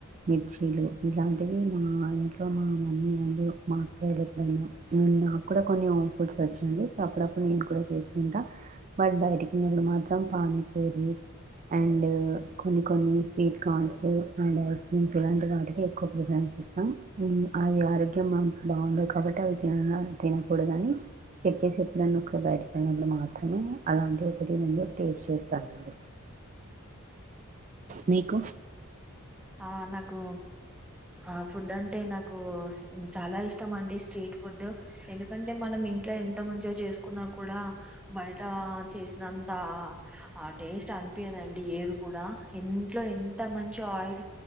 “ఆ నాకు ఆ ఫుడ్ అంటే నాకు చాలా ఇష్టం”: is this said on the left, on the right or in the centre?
Centre